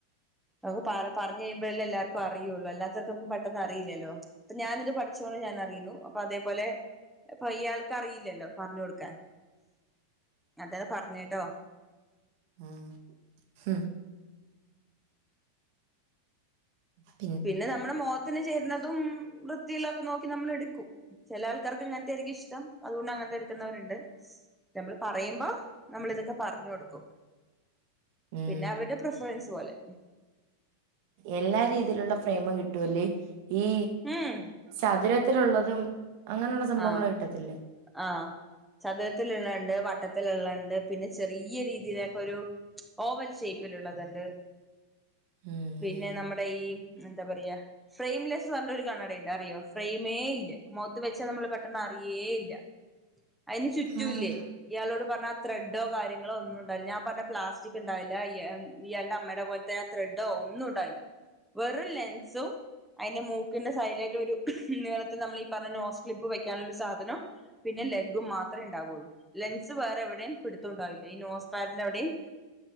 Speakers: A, in the centre; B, on the right.
A: അത് പറ പറഞ് കഴിമ്പഴല്ലേ എല്ലാർക്കും അറിയോള്ളു അല്ലാ പെട്ടെന്ന് പെട്ടെന്ന് അറിയില്ലല്ലോ ഞാനിത് പഠിച്ചോണ്ട് ഞാനറിയുന്നു പ്പ അതേപോലെ ഇപ്പൊ ഇയാൾക്ക് അറിയില്ലല്ലോ പറഞ്ഞോടുക്കാൻ അതാ പർഞ്ഞത്ട്ടോ
B: ആഹ് ഉം
A: പിന്നെ നമ്മടെ മൊഖത്തിന് ചേരുന്നതും വൃത്തിയിള്ളെക്കെ നോക്കി നമ്മള് എടുക്കും ചെല ആൾക്കാർക്ക് ഇങ്ങൻത്തെര്ക്കും ഇഷ്ടം അതോണ്ട് അങ്ങൻത്തെ എടുക്കുന്നോരുണ്ട് നമ്മള് പറയുമ്പോ നമ്മള് ഇതൊക്കെ പറഞ്ഞോടുക്കും
B: ഉം
A: പിന്നെ അവര്ടെ പ്രിഫറൻസ് പോലെ
B: എല്ലാ രീതിലുള്ള ഫ്രൈയ്മും കിട്ടൂല്ലേ ഈ
A: ഉം
B: ചതുരത്തിലുള്ളതും അങ്ങനെള്ള സംഭവങ്ങള്
A: ആഹ്
B: കിട്ടത്തില്ലേ
A: ആഹ് ചതുരത്തില്ള്ളത്ണ്ട് വട്ടത്തില്ള്ളണ്ട് പിന്നെ ചെറിയ രീതിയിലേ കൊരു ഓവൽ ഷേപ്പില്ള്ളത്ണ്ട്
B: ഉം
A: പിന്നെ നമ്മടെ ഈ എന്താ പറയാ ഫ്രെയിംമ്ലെസ്സ് പർഞ്ട്ടോരു കണ്ണടയ്ണ്ട് അറിയോ ഫ്രെയിമേ ഇല്ല മോത്ത് വെ ച്ചാ നമ്മള് പെട്ടെന്ന് അറിയേ ഇല്ല അയിന് ചുറ്റുല്ലേ
B: ആഹ്
A: ഇയാളോട് പർഞ്ഞ ത്രെഡോ കാര്യങ്ങളോ ഒന്നും ഇണ്ടാവില്ല ഞാൻ പർഞ്ഞ പ്ലാസ്റ്റിക് ഇണ്ടാവില്ല ഇയാ ഇയാൾടെ അമ്മടെ പോൽ തെ ത്രേഡോ ഒന്നും ഇണ്ടാവില്ല വെറും ലെൻസും അയിന്റെ മൂക്കിന്റെ സൈഡിലായിട്ടൊരു നീളത്തില് നമ്മളീ പറഞ്ഞ നോസ് ക്ലിപ്പ് വെക്കാനുള്ളോരു സാധനം പിന്നെ ലെഗും മാത്രേ ഇണ്ടാവൊള്ളൂ ലെൻസ് വേറെ എവിടേം പിടുത്തണ്ടാവില്ല ഈ നോസ്പാന്റെ അവിടിം